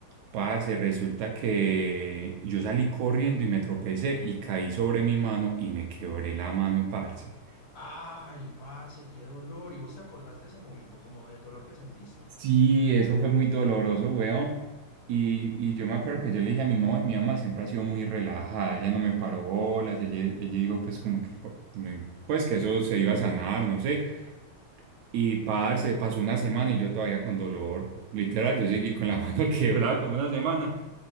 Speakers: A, on the right; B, on the left.
A: parce, resulta que yo salí corriendo y me tropecé y caí sobre mi mano y me quebré la mano, parce.
B: Ay, parce, qué dolor. ¿Y vos te acordás de ese momento, como del dolor que sentiste?
A: Sí, eso fue muy doloroso, weón. Y, y yo me acuerdo que yo le dije a mi mamá, y mi mamá siempre ha sido muy relajada, ella no me paró bolas, ella, ella dijo pues como que, cu- no im- pues que eso se iba a sanar, no sé. Y parce, pasó una semana y yo todavía con dolor. Literal, yo seguí con la <laughs> mano quebrada como una semana.